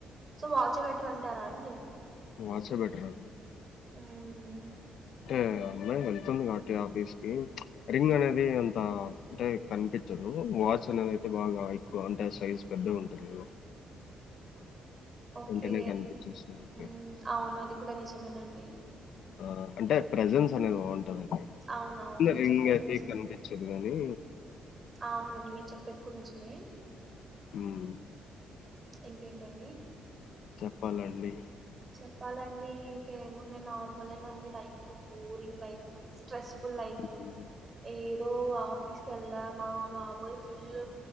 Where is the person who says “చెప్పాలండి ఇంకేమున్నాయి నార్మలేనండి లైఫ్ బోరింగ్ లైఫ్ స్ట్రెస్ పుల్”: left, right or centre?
Right